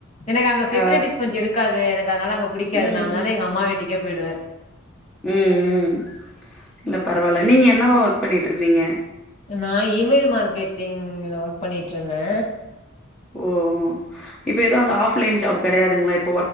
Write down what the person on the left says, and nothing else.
எனக்கு அங்க பெசிலிட்டிஸ்
கொஞ்சோ இருக்காது எனக்கு அதனால அங்கப் புடிக்காதது
நானால எங்க அம்மா வீட்டுக்கே போயிடுவே
நா ஈ மெயில் மார்க்கெட்டிங்ல ஒர்க் பண்ணிட்டு டிருந்தே